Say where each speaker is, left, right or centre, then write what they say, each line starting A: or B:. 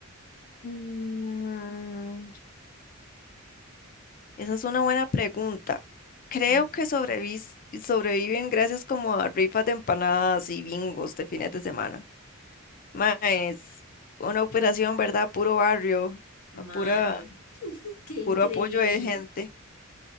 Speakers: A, on the left; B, on the left.
A: Mm, Esa es una buena pregunta. Creo
B: Ujú.
A: que sobrevis- sobreviven gracias como a rifas de empanadas y bingos de fines de semana. Más una operación, ¿verdad? Puro barrio,
B: Mae,
A: a pura,
B: <laughs> qué increíble.
A: puro apoyo de gente.